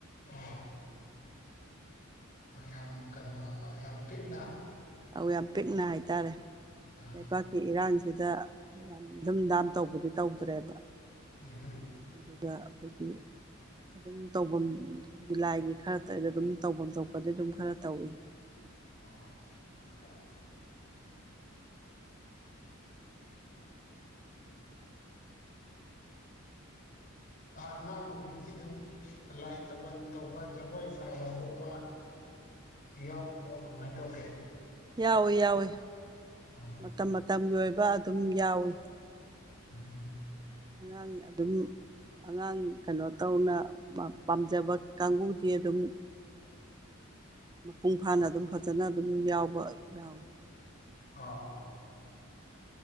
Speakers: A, on the left (about 40°); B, on the right (about 20°).
A: ꯑꯣ ꯌꯥꯝ ꯀꯩꯅꯣ ꯌꯥꯝ ꯄꯤꯛꯅ
B: ꯑꯧ ꯌꯥꯝ ꯄꯤꯛꯅ ꯍꯥꯏꯇꯥꯔꯦ
A: ꯑꯥ
B: ꯂꯩꯕꯥꯛ ꯀꯤ ꯏꯔꯥꯡꯁꯤꯗ ꯌꯥꯝ ꯙꯝ ꯗꯥꯝ ꯇꯧꯕꯗꯤ ꯇꯧꯗ꯭ꯔꯦꯕ
A: ꯎꯝ ꯎꯝ
B: ꯑꯗꯨꯒ ꯑꯩꯈꯣꯏꯒꯤ ꯑꯗꯨꯝ ꯇꯧꯐꯝꯒꯤ ꯂꯥꯏꯒꯤ ꯈꯔ ꯇꯗ ꯑꯗꯨꯝ ꯇꯧꯐꯝ ꯊꯣꯛꯄꯗꯤ ꯑꯗꯨꯝ ꯈꯔ ꯇꯧꯏ
A: <unintelligible> ꯑꯉꯥꯡ ꯅꯨꯕꯤꯗꯤ ꯑꯗꯨꯝ ꯂꯥꯏ ꯊꯥꯕꯜ ꯇꯧꯕ ꯖꯒꯣꯏ ꯁꯥꯕ ꯈꯣꯠꯄ ꯌꯥꯎꯕ꯭ꯔꯣ ꯀꯃꯥꯏꯅ ꯇꯧꯒꯦ
B: ꯌꯥꯎꯏꯤ ꯌꯥꯎꯏꯤ
A: ꯑꯣ
B: ꯃꯇꯝ ꯃꯇꯝꯒꯤ ꯑꯣꯏꯕ ꯑꯗꯨꯝ ꯌꯥꯎꯏ
A: <unintelligible>
B: ꯑꯉꯥꯡ ꯑꯗꯨꯝ ꯑꯉꯥꯡ ꯀꯩꯅꯣ ꯇꯧꯅ ꯄꯥꯝꯖꯕ ꯀꯥꯡꯕꯨꯗꯤ ꯑꯗꯨꯝ ꯃꯄꯨꯡ ꯐꯥꯅ ꯑꯗꯨꯝ ꯐꯖꯅ ꯑꯗꯨꯝ ꯌꯥꯎꯕ ꯌꯥꯎꯏ
A: ꯑꯥ